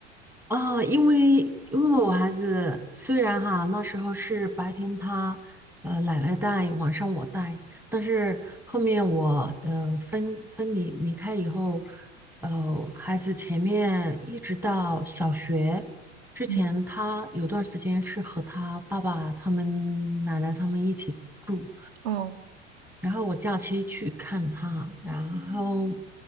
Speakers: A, in the centre; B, on the right.
A: 啊，因为因为我孩子虽然哈那时候是白天他呃奶奶带，晚上我带，但是后面我呃分分离离开以后，呃孩子前面一直到小学之前，
B: <laughs> 嗯，
A: 他有段时间是和他爸爸他们奶奶他们一起住，
B: 哦
A: 然后我假期去看他，然后